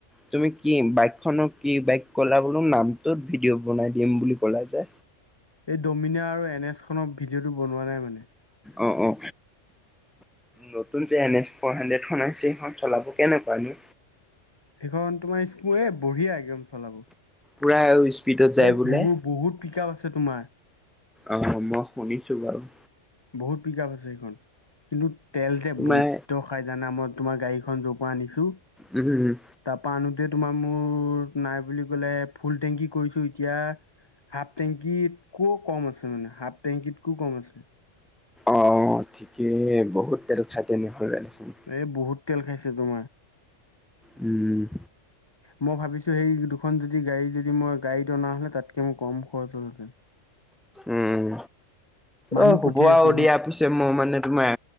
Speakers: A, in the centre; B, on the left.
A: তুমি কি বাইক খনক কি বাইক কলা বোলো নামটো ভিডিঅ' বনাই দিম বুলি কলা যে
B: এই ডমিনা আৰু এন এছ খনৰ ভিডিঅ'টো বনোৱা নাই মানে
A: অ অ নতুন যে এন এছ ফৰ হাড্ৰেডখন আছে সেইখন চলাব কেনেকোৱানো
B: সেইখন তোমাৰ স্মুৱে বঢ়িয়া একদম চলাব
A: পুৰা আৰু স্পীডত যায়
B: এ
A: বোলে
B: বহুত বহুত পিক আপ আছে তোমাৰ
A: অ মই শুনিছো বাৰু
B: বহুত পিক আপ আছে সেইখন কিন্তু তেল যে
A: তোমাৰ
B: বৈদ্য খাই জানা মই তোমাৰ গাড়ীখন যৰ পৰা আনিছো
A: উম উম উম
B: তাৰপৰা আনোতে তোমাৰ মোৰ নাই বুলি ক'লে ফুল টেংকি কৰিছোঁ এতিয়া হাফ টেংকিতকো কম আছে মানে হাফ টেংকিতকো কম আছে
A: অ ঠিকেই বহুত তেল খাই তেনেহ'ল দেখোন
B: এই বহুত তেল খাইছে তোমাৰ
A: উম
B: মই ভাবিছো সেই দুখন যদি গাড়ী যদি মই গাড়ীত অনা হ'লে তাতকে মোৰ কম খৰচ হল হেতেন
A: উম
B: মানুহ
A: অ হ'ব
B: পঠিয়াইছো
A: আৰু দিয়া পিছে মই মানে তোমাৰ